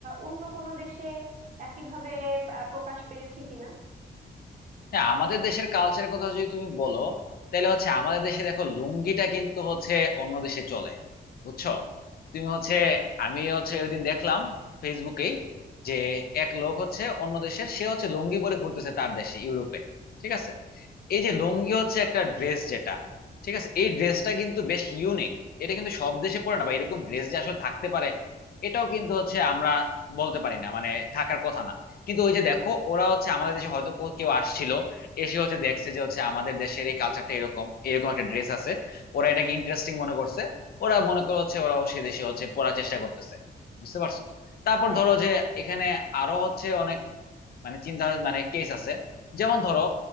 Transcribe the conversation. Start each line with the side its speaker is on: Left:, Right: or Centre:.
Right: অন্য কোনো দেশে একইভাবে আহ, প্রকাশ পেয়েছে কিনা
Left: হ্যাঁ আমাদের দেশের কালচারের কথা যদি তুমি বলো তাহলে হচ্ছে আমাদের দেশে দেখো লুঙ্গিটা কিন্তু হচ্ছে অন্য দেশে চলে বুঝছো তুমি হচ্ছে আমি হচ্ছে ওইদিন দেখলাম ফেসবুকেই যে এক লোক হচ্ছে অন্য দেশের সে হচ্ছে লুঙ্গি পরে ঘুরতেছে তার দেশে ইউরোপে ঠিক আছে এই যে লুঙ্গি হচ্ছে একটা ড্রেস যেটা ঠিক আছে এই ড্রেসটা কিন্তু বেশ ইউনিক এটা কিন্তু সব দেশে পরে না বা এরকম ড্রেস যে আসলে থাকতে পারে এটাও কিন্তু হচ্ছে আমরা বলতে পারি না মানে থাকার কথা না কিন্তু ওই যে দেখো ওরা হচ্ছে আমাদের দেশে হয়তো কো- কেউ আসছিল এসে হচ্ছে দেখছে যে হচ্ছে আমাদের দেশের এই কালচারটা এরকম এরকম একটা ড্রেস আছে ওরা এটাকে ইন্টারেস্টিং মনে করছে ওরা মনে করে হচ্ছে ওরাও সে দেশে হচ্ছে পড়ার চেষ্টা করতেছে বুঝতে পারছো তারপর
Right: হ্যাঁ
Left: ধরো যে এখানে আরো হচ্ছে অনেক মানে চিন্তা মানে কেস আছে যেমন ধরো